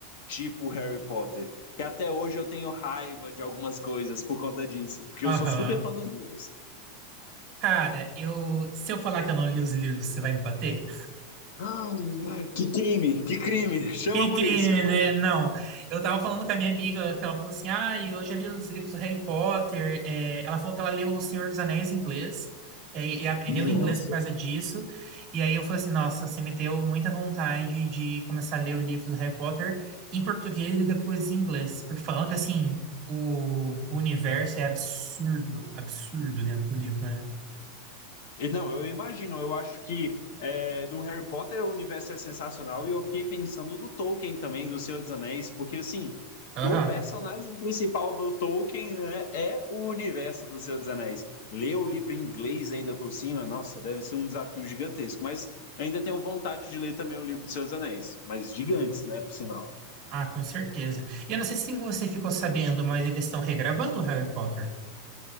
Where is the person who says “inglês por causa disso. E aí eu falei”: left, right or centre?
Right